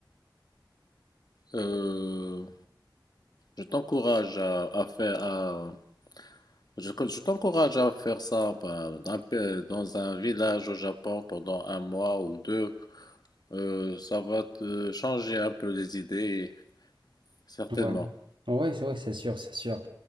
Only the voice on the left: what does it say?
euh, je t'encourage
à, à faire, à- je, je t'encourage à faire ça bah, d'un pa- dans un village au Japon pendant un mois ou deux. Euh, ça va te changer un peu les idées, certainement.